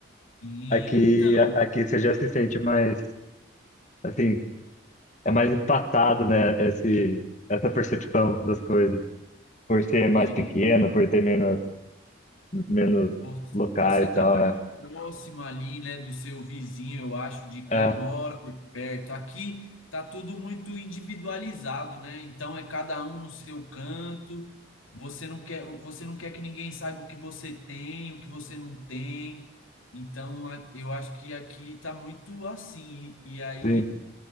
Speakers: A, on the left; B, on the left.
A: Sim,
B: Aqui,
A: então.
B: a- aqui você já se sente mais, assim, é mais empatado, né? Esse, essa percepção das coisas. Por ser mais
A: é,
B: pequeno, por ter menos, menos
A: Vo-
B: locais
A: Você está
B: e tal.
A: mais
B: É,
A: próximo ali, né, do seu vizinho, eu acho, de quem
B: é
A: mora perto. Aqui tá tudo muito individualizado, né? Então é cada um no seu canto. Você não quer, você não quer que ninguém saiba o que você tem, o que você não tem. Então a- eu acho que aqui tá muito assim. E, e aí
B: sim.